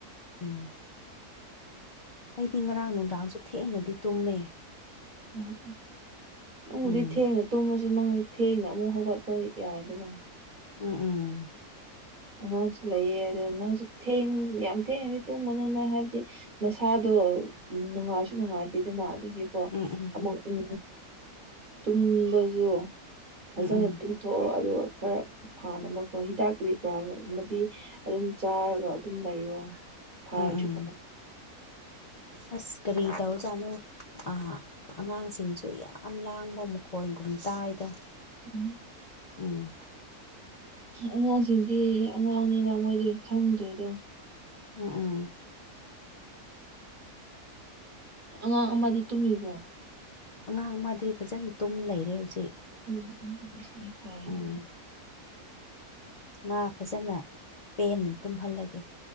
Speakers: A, on the left (about 75°); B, on the right (about 35°).
A: ꯎꯝ ꯑꯩꯗꯤ ꯉꯔꯥꯡ ꯅꯨꯡꯗꯥꯡꯁꯨ ꯊꯦꯡꯅꯗꯤ ꯇꯨꯝꯃꯦ
B: ꯑꯣ ꯅꯪꯕꯨꯗꯤ
A: ꯎꯝ
B: ꯊꯦꯡꯅ ꯇꯨꯝꯃꯁꯨ ꯅꯪ ꯊꯦꯡꯅ ꯑꯃꯨꯛ ꯍꯧꯒꯠꯄ ꯌꯥꯏꯗꯅ
A: ꯎꯝ ꯎꯝ
B: ꯑꯉꯥꯡꯁꯨ ꯂꯩꯑ ꯑꯗꯨ ꯅꯪꯁꯨ ꯊꯦꯡ ꯌꯥꯝ ꯊꯦꯡꯉꯗꯤ ꯇꯨꯝꯕꯅꯤꯅ ꯍꯥꯏꯕꯗꯤ ꯅꯁꯥꯗꯣ ꯅꯨꯡꯉꯥꯏꯁꯨ ꯅꯨꯡꯉꯥꯏꯗꯦꯗꯅ ꯑꯗꯨꯒꯤ
A: ꯎꯝ ꯎꯝ ꯎꯝ
B: ꯑꯃꯨꯛ
A: ꯎꯝ
B: ꯎ ꯇꯨꯝꯕꯁꯨ ꯐꯖꯅ
A: ꯎꯝ
B: ꯊꯣꯛꯑꯣ ꯑꯗꯨꯒ ꯈꯔ ꯐꯥꯅꯕꯣ ꯍꯤꯗꯥꯛ ꯄꯤ ꯒ ꯑꯃꯗꯤ ꯑꯗꯨꯝ ꯆꯥꯔꯒ ꯑꯗꯨꯝ ꯂꯩꯔꯣ ꯐꯥꯗ꯭ꯔꯤꯕ
A: ꯎꯝ ꯎꯝ ꯎꯝ ꯑꯁ ꯀꯔꯤ ꯇꯧ ꯆꯥꯅꯣ ꯑ ꯑꯉꯥꯡꯁꯤꯡꯁꯨ ꯌꯥꯝ ꯂꯥꯡꯕ ꯃꯈꯣꯟꯒꯨꯝ ꯇꯥꯏꯗ
B: ꯎꯝ
A: ꯎꯝ
B: ꯑꯉꯥꯡꯁꯤꯡꯗꯤ ꯑꯉꯥꯡꯅꯤꯅ ꯃꯣꯏꯗꯤ ꯈꯪꯗ꯭ꯔꯦꯗꯣ
A: ꯎꯝ ꯎꯝ
B: ꯑꯉꯥꯡ ꯑꯃꯗꯤ ꯇꯨꯝꯃꯤꯕꯣ
A: ꯑꯉꯥꯡ ꯃꯥꯗꯤ ꯐꯖꯅ ꯇꯨꯝ ꯂꯩꯔꯦ ꯍꯧꯖꯤꯛ
B: ꯎꯝ ꯎꯝ ꯁꯤꯅꯦ ꯐꯗꯅ
A: ꯎꯝ ꯃꯥ ꯐꯖꯅ ꯄꯦ ꯇꯨꯝꯍꯜꯂꯒꯦ